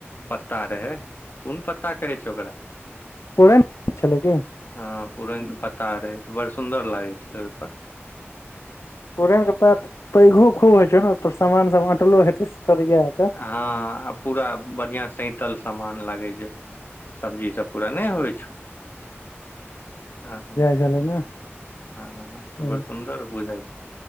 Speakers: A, on the left; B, on the left.
A: पत्ता रहे कोन पत्ता कहै छै ओकरा
B: पूरेमे छलै की
A: हँ पुरैनके पत्ता रहै तऽ बड़ सुन्दर लागै छलै ओहिपर
B: पुरैन‌ के पात पैघो खूब होे छै ने ओ पर सामान सब अंटलो हेते सरिया के
A: हँ आ पूरा बढ़िया सैतल सामान लागे जे सब्जी सब पूरा नहि होइ छौ आ ह
B: बुझलैए ने
A: हँ
B: एकदम।
A: तऽ बड़ सुन्दर बुझाय छै